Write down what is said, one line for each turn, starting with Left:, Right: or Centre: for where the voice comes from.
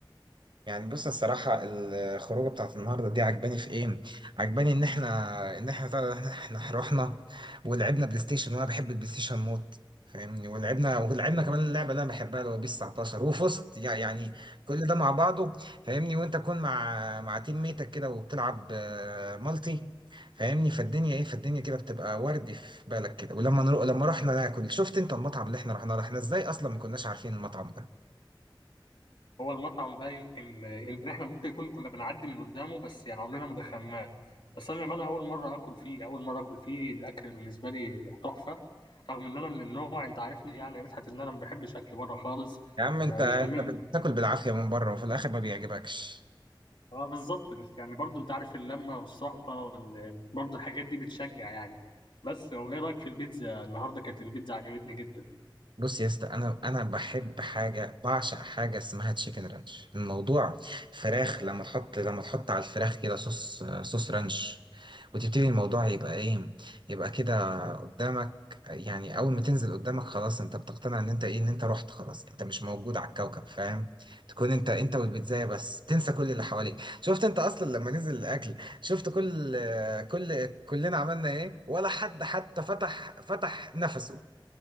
Right: يعني بص الصراحه الخروجه بتاعت النهارده دي عجباني في ايه عجباني ان احنا ان احنا طلع ان احنا رحنا ولعبنا بلاي ستيشن وانا بحب البلاي ستيشن موت فاهمني ولعبنا ولعبنا كمان اللعبه اللي انا بحبها اللي هو بيس 19 وفزت يع- يعني كل ده مع بعضه فاهمني وانت تكون مع مع تيم ميتك كده وبتلعب آه، مالتي فاهمني فالدنيا ايه فالدنيا كده بتبقى وردي في بالك كده ولما نروح لما رحنا ناكل شفت انت المطعم اللي احنا رحنا له احنا ازاي اصلا ما كناش عارفين المطعم ده
Left: هو المطعم ده يمكن يمكن إحنا ممكن يكون كنا بنعدي من قدامه بس يعني عمرنا ما دخلناه بس انا للأمانة اول مره اكل فيه اول مره اكل فيه الاكل بالنسبه لي تحفه رغم ان انا من النوع انت عارفني يعني يا مدحت ان انا ما بحبش اكل بره خالص
Right: يا عم
Left: انا
Right: انت
Left: مش
Right: انت
Left: بمل
Right: بتاكل بالعافيه من بره وفي الاخر ما بيعجبكش
Left: اه بالظبط بس يعني برضه انت عارف اللمه والصحبه وال- برضه الحاجات دي بتشجع يعني بس هو ايه رايك في البيتزا النهارده كانت البيتزا عجبتني جدا
Right: بص يا اسطى انا انا بحب حاجه بعشق حاجه اسمها تشيكن رانش الموضوع فراخ لما تحط لما تحط على الفراخ كده صوص صوص رانش وتبتدي الموضوع يبقى ايه يبقى كده قدامك يعني اول ما تنزل قدامك خلاص انت بتقتنع ان انت ايه ان انت رحت خلاص انت مش موجود على الكوكب فاهم تكون انت انت والبيتزايه بس تنسى كل اللي حواليك شفت انت اصلا لما نزل الاكل شفت كل كل كلنا عملنا ايه ولا حد حتى فتح فتح نفسه